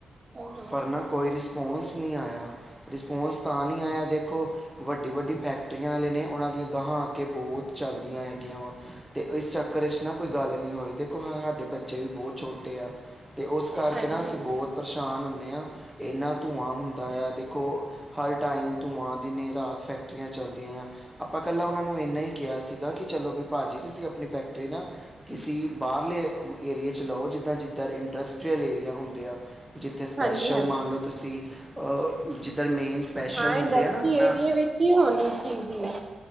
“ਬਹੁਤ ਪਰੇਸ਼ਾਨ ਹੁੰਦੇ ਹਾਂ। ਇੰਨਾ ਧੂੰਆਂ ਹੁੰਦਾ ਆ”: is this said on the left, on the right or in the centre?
Centre